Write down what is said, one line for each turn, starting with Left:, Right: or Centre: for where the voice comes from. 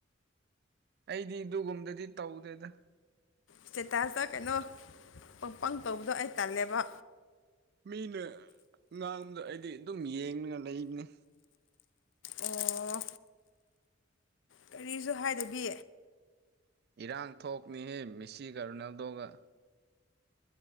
Right: ꯑꯩꯗꯤ ꯑꯗꯨꯒꯨꯝꯗꯗꯤ ꯇꯧꯗꯦꯗ
Left: ꯁ꯭ꯇꯦꯇꯥꯁꯇ ꯀꯩꯅꯣ ꯄꯪꯄꯪ ꯇꯧꯕꯗꯣ ꯑꯩ ꯇꯜꯂꯦꯕ
Right: ꯃꯤꯅ ꯉꯥꯡꯕꯗ ꯑꯩꯗꯤ ꯑꯗꯨꯝ ꯌꯦꯡꯂꯒ ꯂꯩꯕꯅꯤ
Left: ꯑꯣ ꯀꯔꯤꯁꯨ ꯍꯥꯏꯗꯕꯤ
Right: ꯏꯔꯥꯡ ꯊꯣꯛꯅꯤꯍꯦ ꯃꯦꯁꯤꯒ ꯔꯣꯅꯥꯜꯗꯣꯒ